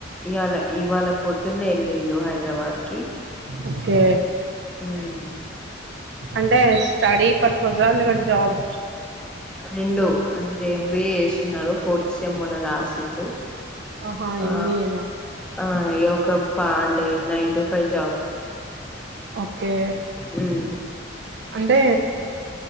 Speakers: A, in the centre; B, on the right.
A: ఇవాళ ఇవాళ పొద్దున్నే వెళ్ళిండు హైదరాబాద్ కి.
B: ఓకే
A: హ్మ్
B: అంటే స్టడీ పర్పసా లేదంటే జాబ్.
A: రెండు అంటే ఎంబిఏ చేస్తున్నారు ఫోర్త్ సెమ్ మొన్న రాసిండు.
B: ఆహా
A: ఆ
B: ఎంబీఏనా
A: ఆ <unintelligible> అంటే nine to five job.
B: Okay
A: హ్మ్
B: అంటే